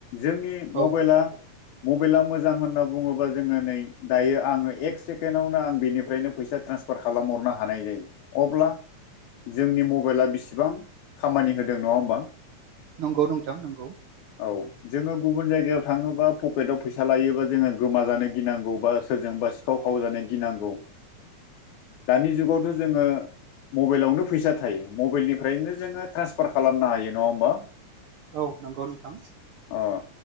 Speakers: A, on the left; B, on the right.
A: जोंनि मबाइला
B: औ
A: मबाइला मोजां होनना बुङोबा जोङो नै दायो आङो एक सेकेन्डावनो आं बिनिफ्रायनो फैसा ट्रान सफार खालामहरनो हानाय जायो अब्ला जोंनि मबाइला बिसिबां खामानि होदों नङा होमबा
B: नंगौ नोंथां नंगौ
A: औ जोङो गुबुन जायगायाव थाङोबा पकेटआव फैसा लायोबा जोङो गोम जानो गिनांगौबा सोरजों बा सिखाव खाव जानो गिनांगौ दानि जुगावथ' जोङो मबाइलावनो फैसा थायो मबाइलनिफ्रायनो जोङो ट्रेन्सफार खालामनो हायो नङा होमबा
B: औ नंगौ नोंथां
A: अ